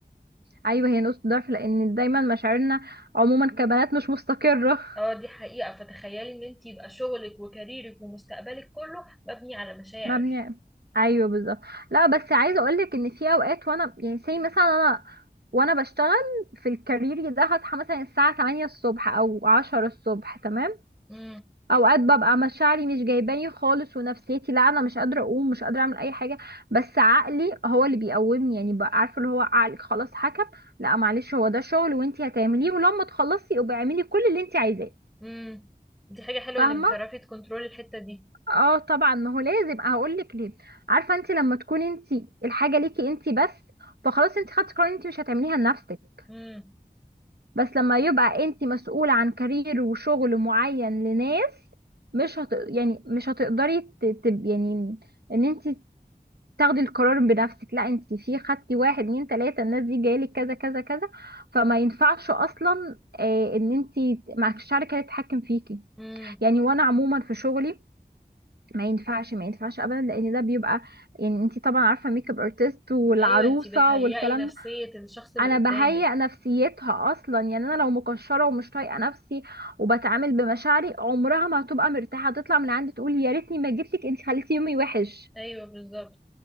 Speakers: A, on the right; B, in the centre.
A: ايوه هي نقطه ضعف لان دايما مشاعرنا عموما كبنات مش مستقره
B: اه دي حقيقة فتخيلي ان انت يبقى شغلك وكاريرك ومستقبلك كله مبني على
A: <laughs>
B: مشاعر
A: مبني ايوه بالظبط لا بس عايزه اقولك ان في اوقات وانا يعني زي مثلا انا وانا بشتغل في الكارير ده هصحى مثلا الساعه 8 الصبح او 10 الصبح تمام
B: امم
A: اوقات ببقى مشاعري مش جايباني خالص ونفسيتي لا انا مش قادره اقوم مش قادره اعمل اي حاجه بس عقلي هو اللي بيقومني يعني بقى عارفه اللي هو عقلك خلاص حكم لا معلش هو ده شغل وانتي هتعمليه ولما تخلصي ابقي اعملي كل اللي انتي عايزاه
B: امم دي حاجة حلوة
A: فاهمه
B: انك بتعرفي تكنترولي الحتة دي
A: اه طبعا ما هو لازم هقول لك ليه عارفه انتي لما تكوني انتي الحاجه ليكي انتي بس فخلاص انتي خدتي قرار انتي مش هتعمليها لنفسك
B: امم
A: بس لما يبقى انت مسؤولة عن كارير وشغل معين لناس مش هت... يعني مش هتقدري ت... ت... يعني ان انت تاخدي القرار بنفسك لا انت في خدتي واحد اتنين تلاتة الناس دي جايلك كذا كذا كذا فما ينفعش اصلا آه ان انت معكش شركة تتحكم فيكي
B: امم
A: يعني وانا عموما في شغلي ما ينفعش ما ينفعش ابدا لان ده بيبقى يعني انت طبعا عارفه ميك اب ارتست والعروسه
B: ايوه انت بتهيئي
A: والكلام
B: نفسية الشخص اللي
A: انا
B: قدامك
A: بهيئ نفسيتها اصلا يعني انا لو مكشره ومش طايقه نفسي وبتعامل بمشاعري عمرها ما هتبقى مرتاحه هتطلع من عندي تقول يا ريتني ما جيتلك انت خليتي يومي وحش
B: ايوه بالظبط